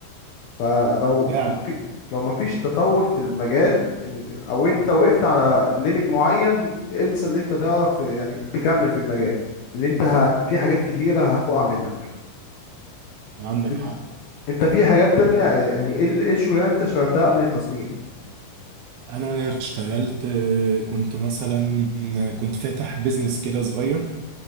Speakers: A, on the left; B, on the right.
A: فلو
B: فعلا
A: ما في لو ما فيش تطور في المجال ان- او انت وقفت على ليميت معين انسى اللي انت تعرف يعني تكمل في المجال اللي انت هت... في حاجات كتيرة هتقع منك
B: عندك
A: ان-
B: حق
A: انت في حاجات تانية يعني ايه ال- ايه الشغلانة اللي انت اشتغلتها قبل التصميم
B: أنا اشتغلت آه، كنت مثلا آه، كنت فاتح بيزنس كده صغير